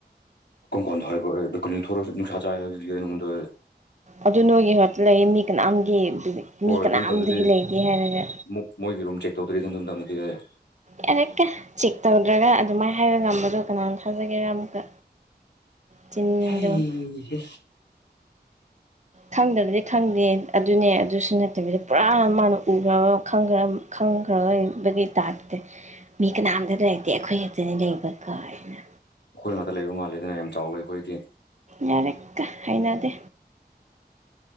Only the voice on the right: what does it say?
ꯑꯗꯨ ꯅꯣꯏꯒꯤ ꯍꯠꯇ ꯂꯩ ꯃꯤ ꯀꯅꯥꯝꯒꯤ
ꯃꯤ ꯀꯅꯥꯝꯗꯒꯤ
ꯂꯩꯇꯦ ꯍꯥꯏꯔꯒ
ꯌꯥꯔꯦꯀ ꯆꯦꯛ ꯇꯧꯗ꯭ꯔꯒ ꯑꯗꯨꯃꯥꯏꯅ ꯍꯥꯏꯕ ꯉꯝꯕꯗꯣ ꯀꯅꯥꯅ ꯊꯥꯖꯒꯦꯔꯥ ꯑꯃꯨꯛꯀ ꯆꯤꯟꯗꯣ
ꯈꯪꯗꯕꯗꯤ ꯈꯪꯗꯦ ꯑꯗꯨꯅꯦ ꯑꯗꯨꯁꯨ ꯅꯠꯇꯕꯤꯗ ꯄꯨꯔꯥ ꯃꯥꯅ ꯎꯈ꯭ꯔꯕ ꯈꯪꯈ꯭ꯔ ꯈꯪꯈ꯭ꯔꯕꯒꯤ ꯇꯥꯏꯞꯇ ꯃꯤ ꯀꯅꯥꯝꯇ ꯂꯩꯇꯦ ꯑꯩꯈꯣꯏꯒꯤ ꯑꯈꯣꯏꯗꯅꯤ ꯂꯩꯕ ꯀꯥꯏꯅ
ꯌꯥꯔꯀꯣ ꯍꯩꯅꯗꯦ